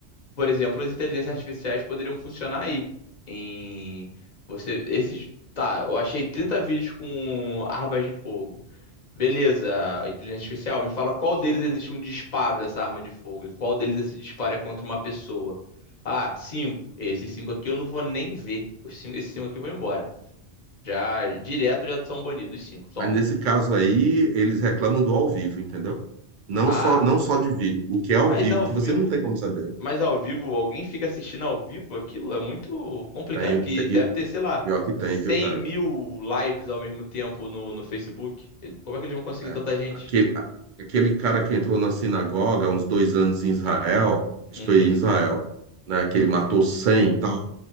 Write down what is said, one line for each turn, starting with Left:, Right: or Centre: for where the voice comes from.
Left: Por exemplo, as inteligências artificiais poderiam funcionar aí. Em você, esses, tá, eu achei 30 vídeos com armas de fogo. Beleza, a inteligência artificial, me fala qual deles existe um disparo dessa arma de fogo e qual deles esse disparo é contra uma pessoa. Ah, cinco. Esses cinco aqui eu não vou nem ver. Os cinco, esses cinco aqui vão embora. Já direto já são banidos. Os cinco, toma.
Right: Mas nesse caso aí, eles reclamam do ao vivo, entendeu? Não
Left: Ah,
Right: só, não só de vídeo, o que é ao
Left: mas
Right: vivo,
Left: ao
Right: que
Left: vivo,
Right: você não tem como saber.
Left: mas ao vivo, alguém fica assistindo ao vivo aquilo? É muito complicado,
Right: Tem,
Left: que deve ter, sei lá,
Right: Pior que tem,
Left: 100
Right: viu, cara?
Left: mil lives ao mesmo tempo no, no Facebook. Como é que eles vão conseguir
Right: É.
Left: tanta gente?
Right: Aquele, a- aquele cara que entrou na sinagoga há uns dois anos em Israel, acho
Left: Uhum.
Right: que foi em Israel, né? Que ele matou 100 e tal.